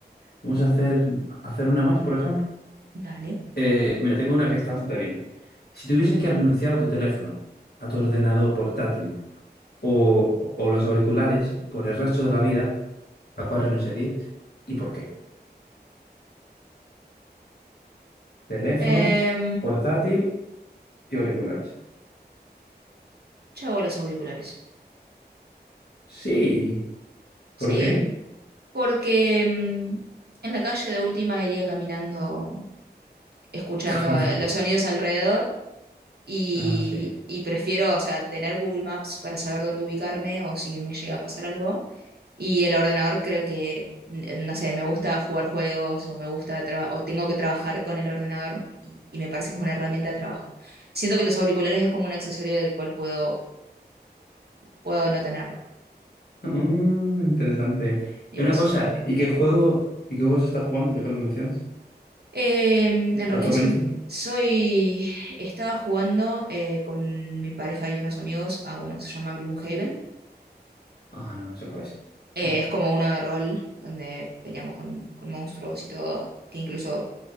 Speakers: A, on the left; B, on the right.
A: Vamos a hacer, hacer una más, por ejemplo.
B: Dale.
A: Eh, mira, tengo una que está bastante bien. Si tuvieses que renunciar a tu teléfono, a tu ordenador portátil, o, o los auriculares por el resto de la vida, ¿a cuál renunciarías y por qué? Teléfono,
B: Eh,
A: portátil y auriculares.
B: yo hago los auriculares.
A: Sí, ¿por
B: Sí,
A: qué?
B: porque mm, en la calle de última iría caminando, escuchando
A: <laughs>
B: eh, los sonidos alrededor y,
A: Ah, sí.
B: y prefiero, o sea, tener Google Maps para saber dónde ubicarme o si me llega a pasar algo. Y el ordenador creo que, n- no sé, me gusta jugar juegos o me gusta traba- o tengo que trabajar con el ordenador y, y me parece que es una herramienta de trabajo. Siento que los auriculares es como un accesorio del cual puedo, puedo no tenerlo.
A: Mm, interesante.
B: ¿Y
A: Y
B: vos?
A: Una cosa, ¿y qué juego, y qué juego se está jugando, ya que lo mencionas?
B: Eh, en
A: ¿Actualmente?
B: realidad soy, soy, estaba jugando eh, con mi pareja y unos amigos a uno que se llama Gloomhaven
A: Ah, no, no sé cuál es.
B: Eh,
A: No.
B: es como uno de rol, donde peleamos con, con monstruos y todo, que incluso